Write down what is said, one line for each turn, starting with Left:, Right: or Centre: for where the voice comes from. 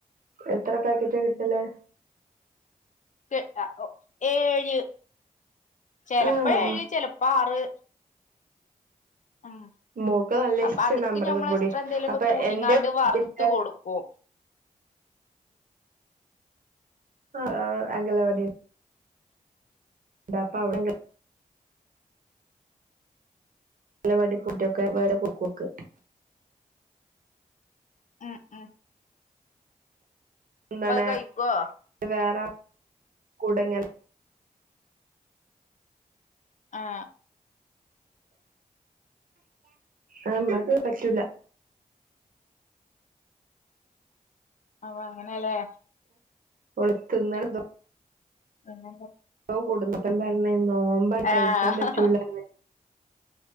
Right: എത്ര പാക്കറ്റ കിട്ടല്
Left: ട്ട് അ ഒ ഏഴ് ചെലപ്പോ
Right: ആഹ്
Left: ഏഴ് ചെലപ്പോ ആറ് ഉം
Right: ഉ മോക്ക് നല്ല
Left: അപ്പൊ
Right: ഇഷ്ടാണ്
Left: അത്ക്ക്
Right: അമൃതപ്പൊടി
Left: ഞമ്മള് എക്സ്ട്രാ എന്തേലുമൊക്കെ
Right: അപ്പൊ
Left: കൂട്ടിങ്ങാണ്ട്
Right: എന്റെ വീടിന്റെ
Left: വറുത്ത് കൊടുക്കും
Right: ആ അംഗലവാടി എന്താപ്പ അ <unintelligible> അംഗലവടി ഫുഡൊക്കെ വേറെ കൊക്കൊക്ക്
Left: അ അ
Right: ന്നാണ്
Left: കഴിക്കുവോ
Right: വേറെ കുട്ങ്ങൻ
Left: ആ
Right: ആ അത് പറ്റൂല
Left: അ അങ്ങനെലേ
Right: ഓള് തിന്ന്ണെന്തോ
Left: <unintelligible>
Right: കൂട്ന്നപ്പ പറഞ്ഞ് നോമ്പാ
Left: ആഹ്
Right: കഴിക്കാം പറ്റൂലർത്ത്